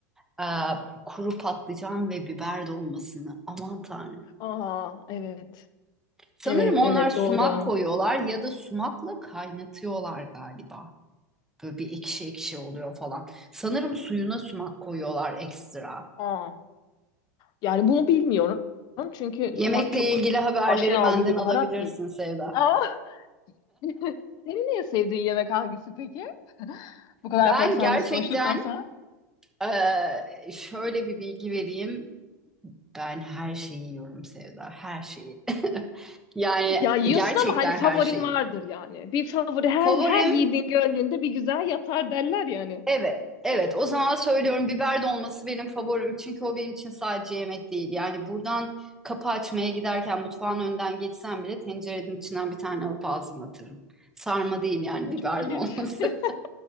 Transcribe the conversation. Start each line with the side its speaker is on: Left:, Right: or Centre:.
Centre: Aa, kuru patlıcan ve biber dolmasını. Aman Tanrım.
Left: aa evet
Centre: Sanırım
Left: evet
Centre: onlar
Left: evet
Centre: sumak
Left: doğru
Centre: koyuyorlar ya da sumakla kaynatıyorlar galiba. Böyle bir ekşi ekşi oluyor falan. Sanırım suyuna sumak koyuyorlar ekstra.
Left: aa yani bunu bilmiyorum çünkü
Centre: Yemekle
Left: sumak çok
Centre: ilgili haberleri
Left: aşina
Centre: benden
Left: olduğum bir
Centre: alabilirsin
Left: baharat değil
Centre: Sevda.
Left: aa <laughs> senin en sevdiğin yemek hangisi peki <laughs> bu kadar
Centre: Ben
Left: yaprak sarması
Centre: gerçekten
Left: konuştuktan sonra
Centre: eee, şöyle bir bilgi vereyim. Ben her şeyi yiyorum Sevda, her şeyi. <laughs> Yani
Left: Ya yiyorsun
Centre: gerçekten
Left: ama hani favorin
Centre: her şeyi.
Left: vardır yani. Bir favori her
Centre: Favorim
Left: her yiğidin gönlünde bir güzel yatar derler yani.
Centre: evet. Evet o zaman söylüyorum biber dolması benim favorim. Çünkü o benim için sadece yemek değil. Yani buradan kapı açmaya giderken mutfağın önden geçsem bile tencerenin içinden bir tane alıp ağzıma atarım. Sarma değil yani
Left: Ya
Centre: biber
Left: çok ilginç.
Centre: dolması.
Left: <laughs>